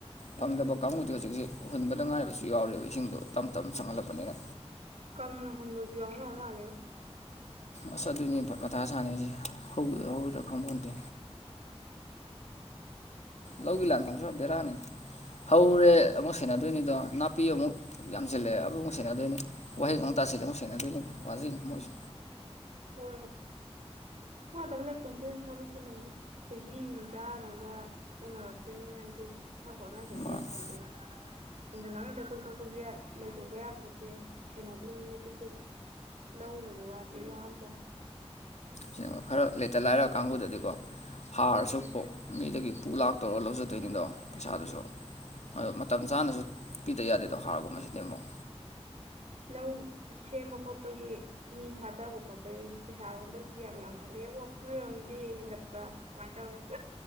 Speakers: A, on the right; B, on the left.
A: ꯎꯝ
B: ꯐꯪꯗꯕ ꯀꯥꯡꯕꯨ ꯑ ꯍꯧꯖꯤꯛꯁꯦ ꯍꯨꯟꯕꯗ ꯉꯥꯏꯔꯕꯁꯨ ꯌꯥꯎꯔꯦꯕ ꯏꯁꯤꯡꯗꯣ ꯇꯞ ꯇꯞꯅ ꯆꯪꯍꯜꯂꯛꯄꯅꯤꯅ
A: ꯀꯪꯅ ꯍꯟꯕꯁꯨ ꯌꯥꯎꯅꯕ ꯃꯥꯜꯂꯦꯉꯣ꯫
B: ꯑꯁ ꯑꯗꯨꯅꯤ ꯃꯊꯥ ꯁꯥꯟꯅꯩꯁꯦ ꯍꯧꯒꯗ꯭ꯔ ꯍꯧꯔꯣꯏꯗ꯭ꯔ ꯈꯪꯄꯣꯟꯇꯦ ꯂꯧꯒꯤ ꯂꯥꯟꯐꯝꯁꯤꯃ ꯕꯦꯔꯥꯅꯤꯗ ꯍꯧꯔꯦ ꯑꯃꯨꯛ ꯁꯦꯟꯅꯗꯣꯏꯅꯤꯗꯣ ꯅꯥꯄꯤ ꯑꯃꯨꯛ ꯌꯥꯝꯖꯤꯜꯂꯛꯑꯦ <unintelligible> ꯁꯦꯟꯅꯗꯣꯏꯅꯤ ꯋꯥꯍꯩꯛꯇꯥꯥꯁꯤꯜꯂꯦ ꯑꯃꯨꯛ ꯁꯦꯟꯅꯗꯣꯏꯅꯤ ꯋꯥꯖꯩꯅꯤ ꯃꯣꯏꯁꯨ꯫
A: ꯍꯣꯏ ꯋꯥꯗꯕ ꯂꯩꯄꯣꯟꯇꯦꯗ ꯊꯕꯛꯇꯤ ꯂꯣꯏꯃꯛ ꯆꯍꯤ ꯆꯥꯅꯕ ꯎꯅꯔꯛꯇꯣꯏꯅꯤꯅ ꯑꯗꯨꯗꯤ ꯈꯔ ꯍꯣꯠꯅꯖꯗꯦ
B: ꯎꯝ
A: ꯌꯥ ꯄꯨꯗꯦ ꯊꯨꯟꯖꯂꯉꯩ ꯇꯥꯣꯛꯊꯣꯛꯄꯁꯨ ꯂꯩꯊꯣꯛꯄ ꯌꯥ ꯄꯨꯗꯦ ꯁꯦꯟꯅꯗꯣꯏꯅꯤ ꯑꯗꯨꯁꯨ ꯂꯧꯈꯒꯦ ꯋꯥ ꯑꯗꯨ ꯋꯥꯗꯥ
B: ꯁꯦꯡꯕ ꯈꯔ ꯂꯩꯇ ꯂꯥꯏꯔ ꯀꯥꯡꯕꯨꯗꯗꯤꯀꯣ ꯍꯥꯔꯁꯨ
A: ꯎꯝ
B: ꯀꯣꯛ ꯃꯤꯗꯒꯤ ꯄꯨ ꯂꯥꯛ ꯇꯧꯔꯒ ꯂꯧꯖꯥꯗꯣꯏꯅꯤꯗꯣ ꯄꯩꯁꯥꯗꯨꯁꯨ ꯑꯗꯣ ꯃꯇꯝ ꯆꯥꯅꯁꯨ ꯄꯤꯗ ꯌꯥꯗꯦꯗꯣ ꯍꯥꯔꯒꯨꯝꯕꯁꯤꯗꯤ ꯑꯃꯨꯛ
A: ꯂꯧ ꯁꯦꯝꯕ ꯈꯣꯠꯄꯒꯤ ꯃꯤ ꯊꯥꯗꯕ ꯈꯣꯠꯄꯩ ꯄꯩꯁꯥ ꯍꯟꯇꯛꯇꯗꯤ ꯌꯥꯝ ꯌꯥꯝꯈꯠꯂꯦꯕꯣ ꯅꯣꯏꯔꯣꯝꯒꯤꯗꯤ ꯍꯦꯟꯒꯠꯄ꯭ꯔꯥ ꯀꯃꯥꯏ ꯇꯧꯋꯤ <unintelligible>